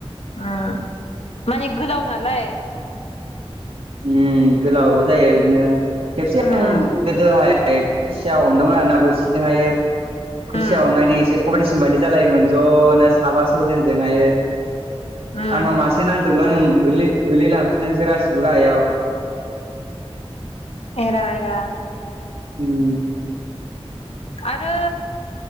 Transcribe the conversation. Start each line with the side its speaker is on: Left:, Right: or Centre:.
Left: ओम माने गोलाव नालाय
Right: उम गोलावबो जायो बिदिनो खेबसे
Left: उम
Right: आं गोदोहाय ए खुसिया हमदोंमोन आरोना बोरसिजों हायो खुसिया
Left: उम
Right: हमनायनि एसे कम्पिटिसन बायदि जालायोमोन ज'नो साबा स'यजोनजोंहाययो
Left: उम
Right: आंनाव मासे नांदोंमोन गोरलै गोलै लांफिनदोंसो गासिबो गाहायाव
Left: एरा एरा
Right: उम
Left: आरो